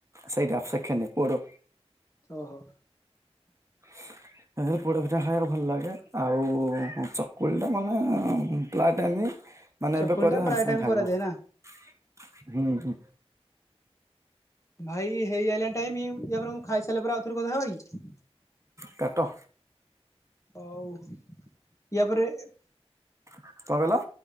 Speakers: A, on the right; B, on the left.
A: ସେଇଟା ସେକେଣ୍ଡ। ପୋଡ଼
B: ଓହୋ
A: <inaudible> ଏ ହେ ପୋଡ଼ପିଠା ଖାଇଆକୁ ଭଲ ଲାଗେ ଆଉ ଉଁ ଚକୁଳିଟା ଭଲ ନାଗେ ଅ ଉଁ ପ୍ରାଏ ଟାଇମ୍ ମାନେ
B: ଚକୁଳି
A: ଏବେ କରିବ
B: ଟା ପ୍ରାୟ
A: ସାଙ୍ଗେ ସାଙ୍ଗେ
B: ଟାଇମ
A: ଖାଇବ।
B: କରାଯାଏ ନା
A: ହୁଁ ହୁଁ।
B: ଭାଇ ହେଇ ଆଇଲାଣି ଟାଇମ ୟାପରେ ମୁଁ ଖାଇ ସାଇଲା ପରେ ଆଉ ଥରେ କଥା ହବା କି?
A: କାଟ।
B: ହଉ ୟା ପରେ ଏ
A: କଣ କହିଲ?